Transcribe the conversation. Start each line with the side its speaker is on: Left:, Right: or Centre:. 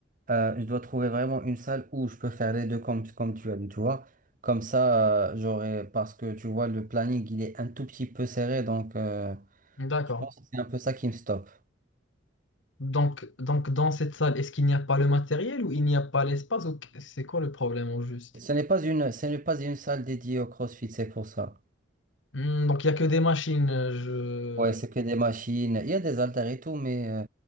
Right: euh, je dois trouver vraiment une salle où je peux faire les deux comme, comme tu as dit, tu vois. Comme ça, euh, j'aurai, parce que tu vois, le planning, il est un tout petit peu serré, donc euh,
Left: d'accord.
Right: je pense que c'est un peu ça qui me stoppe.
Left: Donc, donc dans cette salle, est-ce qu'il n'y a pas le matériel ou il n'y a pas l'espace ou qu- c'est quoi le problème au juste?
Right: Ce n'est pas une, ce n'est pas une salle dédiée au CrossFit, c'est pour ça.
Left: Hmm, donc il n'y a que des machines. euh,
Right: Ouais, c'est
Left: Je...
Right: que des machines, il y a des haltères et tout, mais euh,